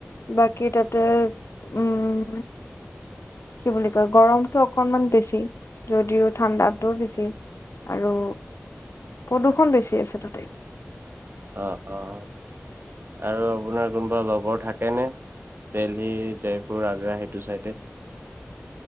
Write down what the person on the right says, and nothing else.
অ', অ' আৰু আপোনাৰ কোনোবা লগৰ থাক তেনে দেলহী, জয়পুৰ, আগ্ৰা সেইটো চাইডে?